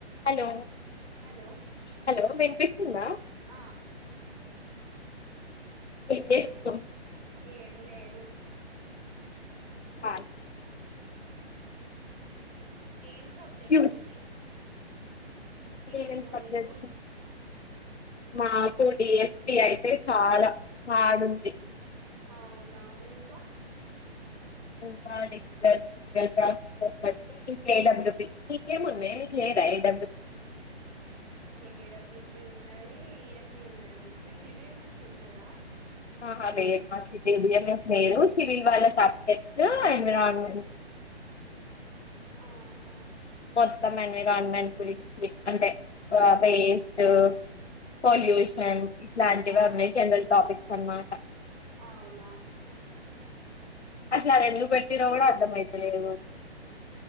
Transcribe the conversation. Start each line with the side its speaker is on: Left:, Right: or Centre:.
Left: హలో
Right: హలో
Left: హలో వినిపిస్తుందా?
Right: ఆ
Left: ఏం చేస్తున్నావ్?
Right: ఏం లేదు
Left: కాల్
Right: న్ ఏం సబ్జెక్ట్స్
Left: ట్యూస్
Right: ఉన్నయ్ అ ఈ
Left: ఏమేం
Right: సెమ్ము
Left: సబ్జెక్ట్స్
Right: మీకు
Left: మాకు డి ఎస్ పి అయితే చాలా హాడు ఉంది.
Right: అవునా ఇం క
Left: <unintelligible> <unintelligible> నీకేమున్నయే మీకు లేదా A W P
Right: E W P ఉన్నది, ఈ ఎస్ డి ఉన్నది. మీకు డి బి ఎం ఎస్ ఉన్నదా?
Left: ఆహా లేదు మాకి డి బి ఎం ఎస్ లేదు, సివిల్ వాళ్లకి స సు ఎన్విరాన్మెంట్
Right: ఆహా
Left: మొత్తం ఎన్విరాన్మెన్ గురించి అంటే వేస్ట్, పొల్యూషన్ ఇట్లాంటివన్నీ
Right: ఆ
Left: జనరల్ టాపిక్స్ అనమాట.
Right: అవునా
Left: అసలు ఎందుకు పెట్టిర్రో కుడా అర్థమైతలేదు.